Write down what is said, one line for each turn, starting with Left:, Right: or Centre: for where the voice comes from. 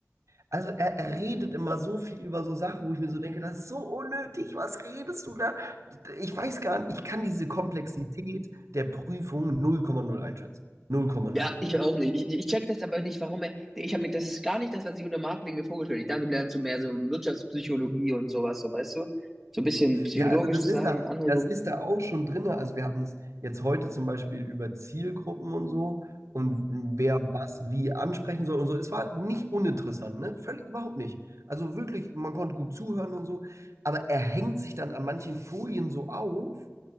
Right: also er, er redet immer so viel über so Sachen, wo ich mir so denke, das ist so unnötig, was redest du da? Ich weiß gar nicht, ich kann diese Komplexität der Prüfung 0,0 einschätzen. 0,0.
Centre: Ja, ich auch nicht. Ich, ich check das aber nicht, warum er. Ich habe mir, das ist gar nicht das, was ich unter Marketing mir vorgestellt habe. Ich dachte, du lernst so mehr so Wirtschaftspsychologie und sowas, so weißt du? So ein bisschen psychologische
Right: Ja, also das
Centre: Sachen,
Right: ist da,
Centre: Anregungen.
Right: das ist da auch schon drin. Also wir hatten es jetzt heute zum Beispiel über Zielgruppen und so und wer was wie ansprechen soll und so. Es war nicht uninteressant, ne? Völlig überhaupt nicht. Also wirklich, man konnte gut zuhören und so, aber er hängt sich dann an manchen Folien so auf.